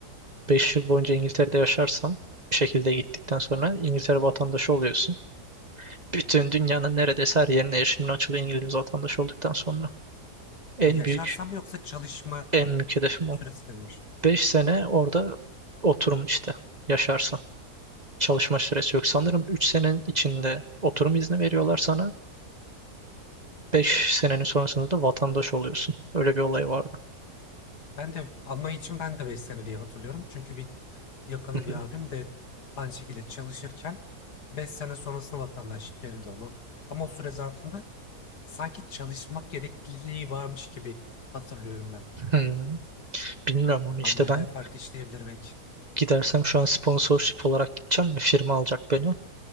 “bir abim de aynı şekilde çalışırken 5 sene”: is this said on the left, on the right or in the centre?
Left